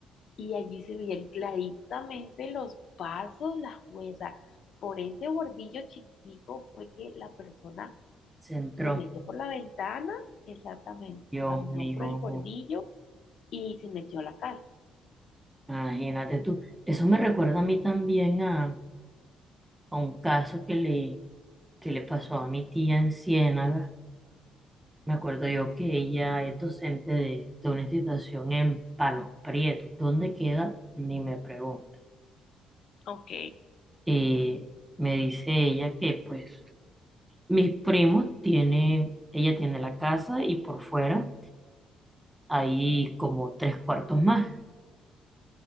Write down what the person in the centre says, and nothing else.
Se entró.
Dios
mío,
imagínate tú. Eso me recuerda a mí también a, a un caso que le, que le pasó a mi tía en Ciénaga. Me acuerdo yo que ella es docente de, de una institución en Palos Prietos. ¿Dónde queda? Ni me pregunta.
Eh, me dice ella que pues Mis primos tienen, ella tiene la casa y por fuera hay como tres cuartos más.